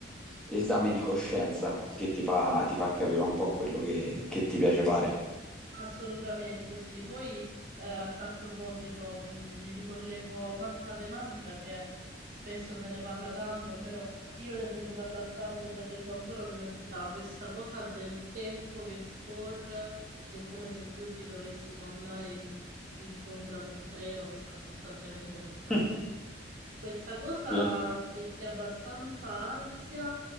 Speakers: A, in the centre; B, on the right.
A: eh, esame di coscienza che ti fa, ti fa capire un po' quello che, che ti piace fare.
B: Assolutamente sì. Poi eh, a tal proposito mh, mi ricollego a un'altra tematica che spesso se ne parla tanto, almeno io ne sento parlare tanto facendo ancora l'università, questa cosa del tempo che scorre ed è come se tu ti dovessi può andare in- incontro ad un treno che sta costantemente per partire.
A: Mm.
B: Questa cosa
A: Sì.
B: mette abbastanza ansia